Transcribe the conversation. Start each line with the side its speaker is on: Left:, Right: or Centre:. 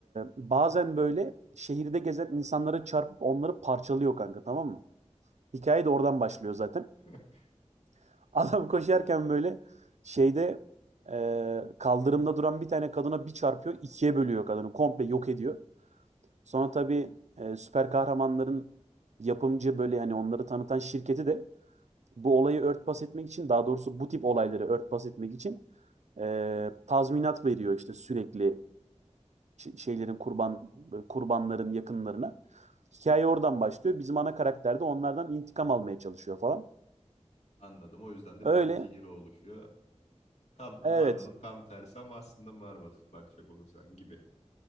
Right: bazen böyle şehirde gezen insanlara çarpıp onları parçalıyor kanka tamam mı? Hikaye de oradan başlıyor zaten.
Left: <laughs>
Right: <laughs> Adam koşarken böyle şeyde ee, kaldırımda duran bir tane kadına bir çarpıyor, ikiye bölüyor kadını. Komple yok ediyor. Sonra tabii e, süper kahramanların yapımcı böyle hani onları tanıtan şirketi de bu olayı örtbas etmek için daha doğrusu bu tip olayları örtbas etmek için eee, tazminat veriyor işte sürekli şeylerin kurban kurbanların yakınlarına. Hikaye oradan başlıyor. Bizim ana karakter de onlardan intikam almaya çalışıyor falan.
Left: Anladım. O yüzden de
Right: Öyle
Left: bir anti-hero oluşuyor. Tam Marvel'ın
Right: evet
Left: tam tersi ama aslında Marvel bakacak olursan gibi.